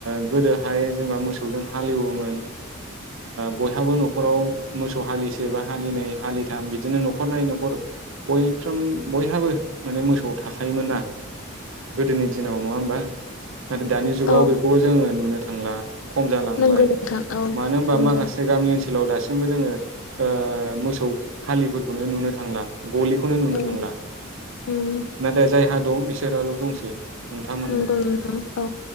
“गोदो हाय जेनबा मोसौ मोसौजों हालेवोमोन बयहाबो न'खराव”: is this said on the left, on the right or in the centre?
Right